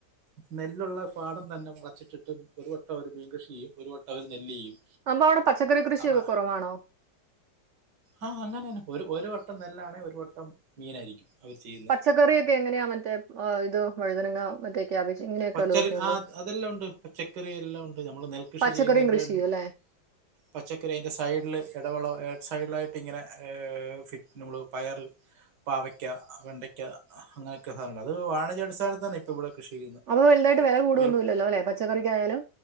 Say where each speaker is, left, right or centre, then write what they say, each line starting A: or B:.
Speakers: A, on the right; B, on the right.
A: നെല്ലുള്ള പാടം തന്നെ വളച്ചിട്ടിട്ട് ഒരു വട്ടം അവർ മീൻ കൃഷി ചെയ്യും ഒരു വട്ടം അവർ നെല്ല് ചെയ്യും
B: സമ്പവവിടെ പച്ചക്കറി കൃഷി
A: അപ്പൊ
B: ഒക്കെ കൊറവാണോ?
A: ആ അങ്ങനെ തന്നെ. ഒരു വട്ടം നെല്ല് ആണേ ഒരു വട്ടം മീനായിരിക്കും അവർ ചെയ്യുന്നേ
B: പച്ചക്കറിയൊക്കെ എങ്ങനെയാ മറ്റേ ആ, ഇത് വഴുതനങ്ങ മറ്റേ ക്യാബേജ് ഇങ്ങനെയൊക്കെ
A: പച്ച
B: വല്ലതൊക്കെ
A: <unintelligible>
B: ഉണ്ടോ
A: അതെല്ലാം ഉണ്ട് പച്ചക്കറി എല്ലാമുണ്ട് നമ്മൾ നെല്ല് കൃഷി
B: പച്ചക്കറിയും
A: ചെയ്യുന്നേന്റേ
B: കൃഷി ചെയ്യും അല്ലേ
A: പച്ചക്കറി അതിൻ്റെ സൈഡില് ഇടവെള സൈഡ്ലായിട്ട് ഇങ്ങനെ <unintelligible> നമ്മൾ പയർ, പാവക്ക, വെണ്ടയ്ക്ക അങ്ങനൊക്കെ സാധനമുണ്ട് അതൊക്കെ വാണിജ്യ അടിസ്ഥാനത്തിൽതന്ന ഇപ്പൊ ഇവിടെ കൃഷി ചെയ്യുന്നത്
B: അവ വലുതായിട്ട് വെല കൂടോന്നും
A: വിൽ-
B: ഇല്ലല്ലോ പച്ചക്കറിക്കായാലും